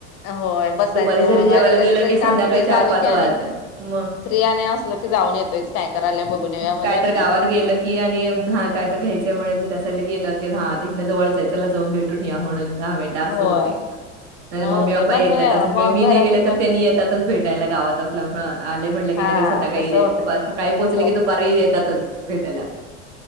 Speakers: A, on the left; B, on the right.
A: होय बसायचं
B: दुपारी जर जेवायला
A: आणि कधीतरी
B: गेलं की
A: काम
B: संध्याकाळी
A: फ्री झाले
B: चार-पाच
A: की आणि
B: वाळतंय मग
A: फ्री आणि असलो की जाऊन येतोयच काय करायला बघून येऊया म्हणून
B: कायतर गावात गेलं की आणि हं काय तर घ्यायचंय म्हणायचं तसं गेलं की हा आता इथन जवळच चला जाऊन भेटून या म्हणून दहा मिेनट असं
A: होय
B: होतय नाही
A: मग
B: तर मम्मी
A: होतय
B: पप्पा
A: मग
B: येतातच
A: ते मग
B: मी नाही
A: घरातली
B: गेले तर
A: पण
B: त्येनी येतातच भेटायला गावात असल्यामुळं आले म्हटलं की
A: हा
B: लगेच संध्याकाळी
A: तस होतय
B: सकाळी पोचले की दुपारी येतातच भेटायला